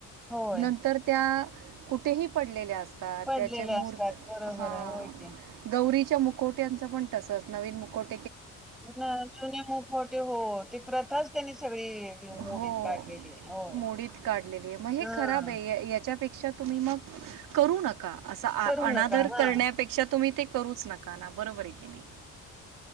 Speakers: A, in the centre; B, on the right (about 85°).
A: होय,
B: नंतर त्या कुठेही पडलेले असतात
A: पडलेले
B: त्याचे मूर्त
A: असतात. बरोबर
B: हा
A: आहे. होय की.
B: गौरी च्या मुकुट्यांचं पण तसंच नवीन मुकुट
A: ना जुने मुखटे हो ते प्रथाच त्यांनी सगळी मोडीत
B: हो
A: काढलेली आहे. होय.
B: मोडीत काढलेली आहे, मग हे
A: हां,
B: खराब आहे <unintelligible> त्यापेक्षा तुम्ही मग करू नका, असा
A: करू
B: अनादर
A: नका. हां,
B: करण्यापेक्षा तुम्ही ते करूच नका नका ना बरोबर आहे की नाही,